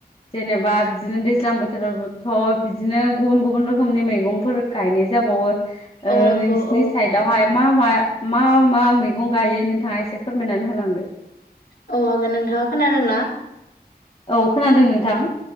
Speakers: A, on the left; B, on the left.
A: जेनेबा बिदिनो दैज्लां बोथोरावथ' बिदिनो गुबुन गुबुन रोखोमनि मैगंफोर गायनाय जाबाओ ओ
B: औ नंगौ
A: नोंसिनि
B: औ
A: साइद बेवहाय मा मा मा मा मैगं गायो नोंथाङा एसे फोरमायना होलांदो
B: औ हागोन नोंथाङा खोनादों ना
A: औ खोनादों नोंथां